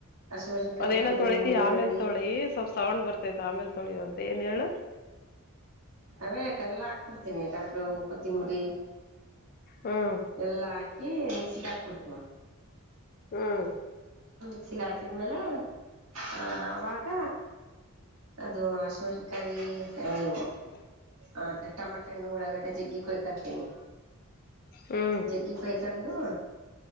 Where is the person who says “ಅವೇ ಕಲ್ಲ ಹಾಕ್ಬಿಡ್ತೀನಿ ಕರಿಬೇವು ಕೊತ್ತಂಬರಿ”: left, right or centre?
Right